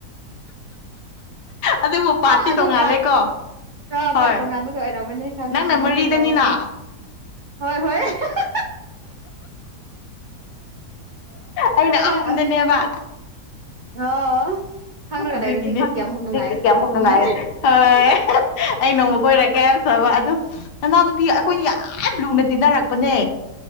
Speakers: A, on the left; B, on the right.
A: ꯑꯗꯨꯕꯨ ꯄꯥꯔꯇꯤ
B: ꯑꯥ ꯑꯗꯣ
A: ꯇꯣꯡꯉꯥꯜꯂꯦꯀꯣ
B: ꯄꯥꯔꯠ ꯑ
A: ꯍꯣꯏ
B: ꯄꯥꯔꯠ ꯇꯣꯉꯥꯟꯕꯒ ꯑꯣꯏꯔꯝ ꯈꯉꯦ
A: ꯅꯪꯅ
B: ꯈꯉꯦ
A: ꯃꯔꯤꯗꯅꯤꯅ
B: ꯑꯣ ꯑꯣ ꯍꯣꯏ ꯍꯣꯏ <unintelligible>
A: ꯑꯩꯅ
B: ꯈꯪ
A: ꯑꯍꯨꯝꯗꯅꯦꯕ
B: ꯑ ꯑꯣ ꯈꯪꯔꯒ
A: ꯑꯗꯨꯒꯤꯅꯤ
B: ꯂꯩꯔꯗꯤ ꯀꯌꯥꯃꯨꯛ ꯅꯨꯡꯉꯥꯏꯒꯅꯤ
A: <unintelligible> ꯑꯃꯨꯛ ꯅꯨꯡꯉꯥꯏꯔꯅꯤ
B: ꯎꯝ
A: ꯍꯣꯏ <unintelligible> ꯑꯩ ꯅꯣꯡꯃ ꯀꯣꯏꯔꯛꯀꯦ <unintelligible> ꯑꯗꯨ ꯅꯅꯥꯎꯅꯨꯄꯤ ꯑꯩꯈꯣꯏꯅꯤ ꯌꯥꯝ ꯂꯨꯅ ꯇꯤꯟꯅꯔꯛꯄꯅꯦ